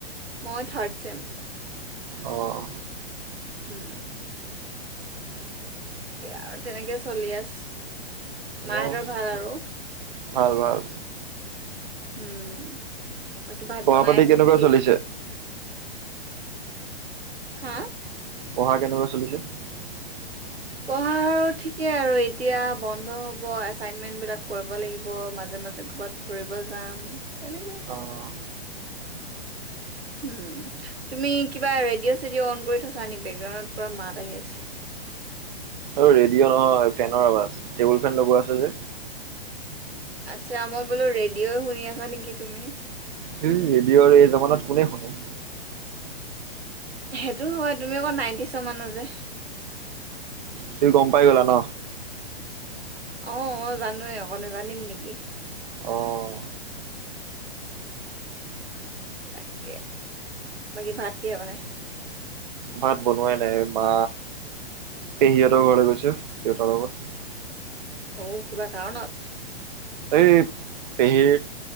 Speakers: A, on the right (about 80°); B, on the right (about 50°).
A: মই থাৰ্ড চেম
B: অঁ
A: উম আৰু তেনেকে চলি আছ মাহঁতৰ
B: অঁ
A: ভাল আৰু
B: ভাল ভাল
A: উম বাকী ভাত
B: পঢ়া
A: বনাই
B: পাতি
A: আছে
B: কেনেকুৱা
A: নেকি
B: চলিছে
A: হা
B: পঢ়া কেনেকুৱা চলিছে উ
A: পঢ়া আৰু ঠিকে আৰু এতিয়া বন্ধ হব এচাইনমেন্ট বিলাক কৰিব লাগিব মাজে মাজে ক'বাত ফুৰিব যাম তেনেকে
B: অঁ
A: উ তুমি কিবা ৰেডিঅ' চেডিঅ' অন কৰি থৈছে নেকি বেকগ্ৰাউণ্ডত পুৰা মাত আহি আছে
B: আৰু ৰেডিঅ' নহয় ফেনৰ আবাজ টেবুল ফেন লগোৱা আছে যে
A: আচ্ছা মই বোলো ৰেডিঅ' শুনি আছা নেকি তুমি
B: সেই ৰেডিঅ'ৰ এই জামানাত কোনে শুনে
A: সেইটো হয় তুমি অকৌ নাইনটি চ মানো যে
B: তুমি গম পাই গলা ন
A: আহ অ জানোৱে আকৌ নেজানিম নেকি
B: অঁ
A: তাকে বাকী ভাত কিহ বনাইছে।
B: ভাত বনোৱাই নাই বা পেহীহঁতৰ ঘৰ গৈছো দেউতাৰ লগত
A: অঔ কিবা কাৰণত
B: এই পেহীৰ